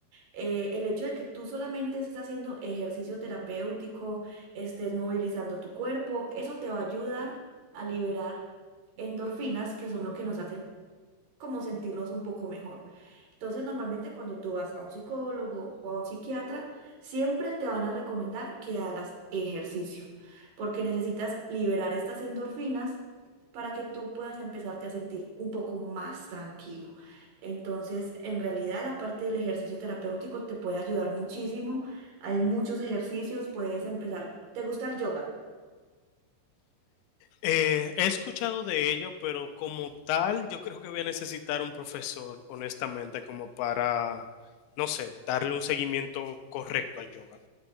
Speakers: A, on the right; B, on the left.
A: eh, el hecho de que tú solamente estés haciendo ejercicio terapéutico, estés movilizando tu cuerpo, eso te va a ayudar a liberar endorfinas, que son lo que nos hacen como sentirnos un poco mejor. Entonces, normalmente cuando tú vas a un psicólogo o a un psiquiatra, siempre te van a recomendar que hagas ejercicio, porque necesitas liberar estas endorfinas para que tú puedas empezarte a sentir un poco más tranquilo. Entonces, en realidad, la parte del ejercicio terapéutico te puede ayudar muchísimo. Hay muchos ejercicios, puedes empezar. ¿Te gusta el yoga?
B: Eh, he escuchado de ello, pero como tal, yo creo que voy a necesitar un profesor, honestamente, como para, no sé, darle un seguimiento correcto al yoga.